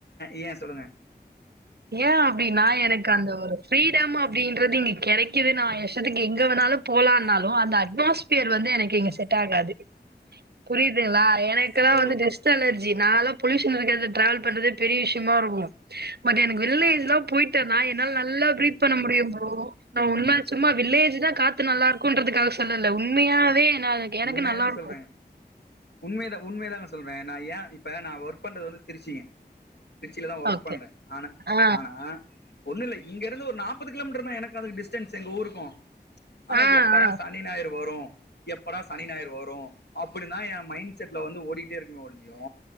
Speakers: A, on the left; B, on the right.
A: ஏ சொல்லுங்க
B: ஏன் அப்படின்னா எனக்கு அந்த ஒரு ப்ரீ <unintelligible> அப்டின்றது இங்க கிடைக் க்குது நான் என் இஷ்டத்துக்கு எங்க வேணாலும் போலான்னாலும் அந்த அட்மாஸ்பியர் வந்து எனக்கு இங்க செட் தாங்காது புரியுதுகளா எனக்குலா
A: ஓ
B: வந்து டஸ்டு அலர்ஜி நாலே பொலுயூஷன் இருக்கது டிராவல் பண்றதே பெரிய விஷயமா இருக்கும் பட் எனக்கு வில்லேஜ் எல்லா போயிட்டேனா என்னா நல்லா பிரீத் பண்ண முடியும் போ நான் உண்ம சும்மா வில்லேஜ் தான் காத்து நல்லா இருக்குன்றதுக்கு சொல்லல உண்மையாவே நா எனக்கு
A: உண்மையதா
B: நல்லா இருக்கு
A: சொல்றே உண்மையதா உண்மைதா சொல் சொல்றேன் நா ஏ இப்ப நா ஒர்க் பண்றது வந்து திருச்சுங்க பிரச்சல தான் ஒர்க்
B: ஓகே
A: பண்றேன் ஆனா -ஆனா
B: ஆ
A: ஒண்ணும் இல்ல இங்க இருந்து ஒரு நாற்பது கிலோமீட்டர் தான் எனக்கு அதுக்கு டிஸ்டன்ஸ் எங்க ஊருக்கும் ஆனா
B: ஆ
A: எப்பர்ரா
B: ஆ
A: சனி ஞாயிரு வரும் எப் ப்பட சனி ஞாயர் வரோ அப்படின்னான் என் மைண்ட செட்ல வந்து ஓடிட்டே இருக்குே ஒழியோ